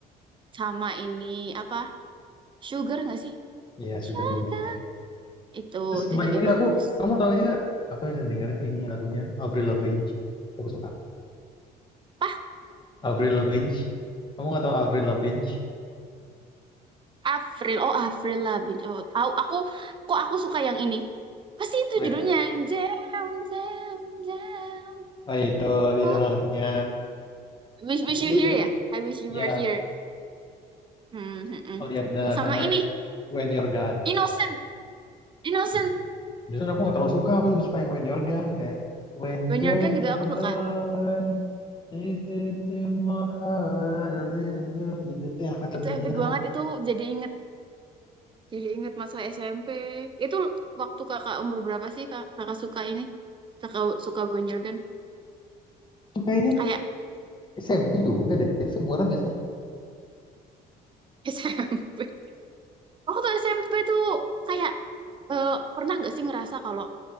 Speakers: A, on the right (about 30°); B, on the left (about 25°).
A: sama ini apa? Sugar nggak sih?
B: iya Sugar
A: Sugar.
B: juga oke
A: Itu,
B: terus
A: itu
B: sama
A: juga
B: ini
A: bagus.
B: aku kamu tahu ini nggak aku yang sering dengerin tuh ini lagunya Avril Lavigne aku suka
A: Pah,
B: Avril Lavigne kamu nggak tahu Avril Lavigne
A: Avril. Oh, Avril Lavigne. Oh, tahu aku kok aku suka yang ini. Pasti itu
B: When
A: judulnya yang Jam, Jam, Jam.
B: oh itu di
A: What?
B: salah satunya
A: I Wish, wish
B: you,
A: you
B: you,
A: here ya?
B: you-
A: I wish you
B: ya
A: were here. hmm hmm, hmm.
B: oh iya benar
A: Sama
B: sama
A: ini
B: yang When You're Gone
A: Innocent, Innocent.
B: Yes. Justru aku nggak terlalu suka, aku lebih suka yang When You're Gone kayak When
A: Banyer
B: You're
A: Gun juga
B: Gone,
A: aku suka.
B: this is in my heart, I love you. gitu tuh enak banget lagunya
A: Itu epic
B: gila.
A: banget. Itu jadi inget, jadi inget masa SMP. Itu waktu kakak umur berapa sih kak, kakak suka ini? Kakak suka Banyer Gun?
B: Itu kayaknya
A: Kayak
B: SMP juga deh. Kita seumuran gak sih?
A: <laughs> SMP. Waktu SMP tuh kayak eh, pernah nggak sih ngerasa kalau